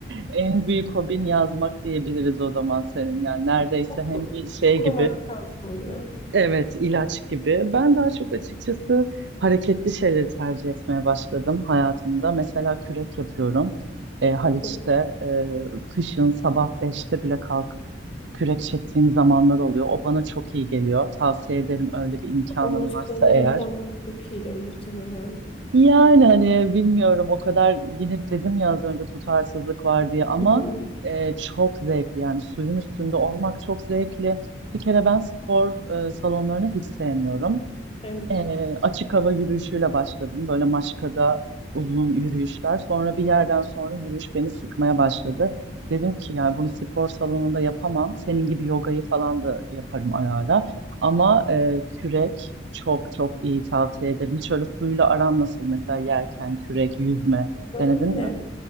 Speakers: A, on the right (about 70°); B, on the left (about 30°).
A: en büyük hobin yazmak diyebiliriz o zaman senin. Yani neredeyse
B: Oku-
A: hem bir şey
B: Okumaktan
A: gibi
B: sonra
A: Evet, ilaç gibi. Ben daha çok açıkçası hareketli şeyleri tercih etmeye başladım hayatımda. Mesela kürek yapıyorum. E, Haliç'te
B: çok
A: e, kışın sabah beşte bile kalkıp kürek çektiğim zamanlar oluyor. O bana çok iyi geliyor. Tavsiye ederim öyle bir imkanın
B: omuz
A: varsa
B: kollarım
A: eğer.
B: falan çok iyidir muhtemelen.
A: Yani hani bilmiyorum o kadar yine dedim ya az önce tutarsızlık var diye ama
B: <laughs>
A: e, çok zevkli yani suyun üstünde olmak çok zevkli. Bir kere ben spor e, salonlarını hiç sevmiyorum.
B: Evet.
A: Ee, açık hava yürüyüşüyle başladım. Böyle Maçka'da uzun yürüyüşler. Sonra bir yerden sonra yürüyüş beni sıkmaya başladı. Dedim ki yani bunu spor salonunda yapamam. Senin gibi yogayı falan da yaparım ara ara. Ama e, kürek çok çok iyi tavsiye ederim. Hiç öyle suyla aran nasıl mesela yerken kürek, yüzme
B: Öyle.
A: denedin mi?